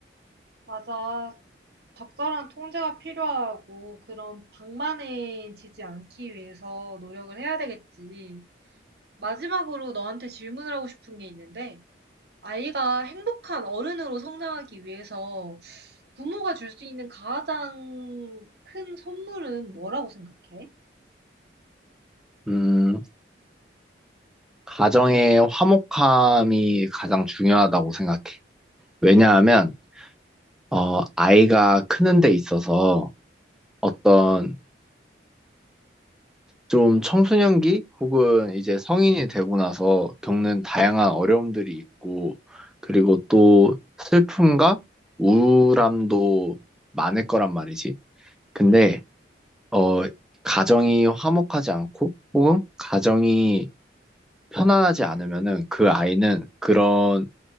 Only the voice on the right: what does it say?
맞아. 적절한 통제가 필요하고 그런 방만해지지 않기 위해서 노력을 해야 되겠지. 마지막으로 너한테 질문을 하고 싶은 게 있는데 아이가 행복한 어른으로 성장하기 위해서 부모가 줄 수 있는 가장 큰 선물은 뭐라고 생각해?